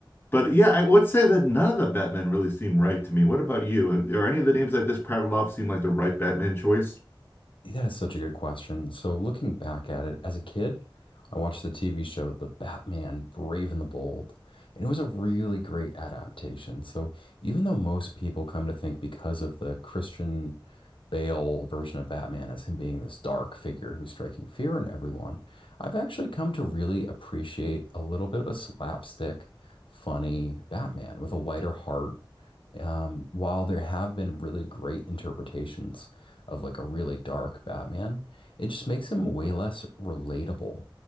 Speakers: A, on the left; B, on the left.
A: But yeah, I would say that none of the Batman really seem right to me. What about you? Are any of the names I just prattled off seem like the right Batman choice? <laughs>
B: That is such a good question. So, looking back at it, as a kid, I watched the TV show The Batman Brave and the Bold, and it was a really great adaptation. So, even though most people come to think because of the Christian Bale version of Batman as him being this dark figure who's striking fear in everyone, I've actually come to really appreciate a little bit of a slapstick, funny Batman with a lighter heart. Um, while there have been really great interpretations of like a really dark Batman, it just makes him way less relatable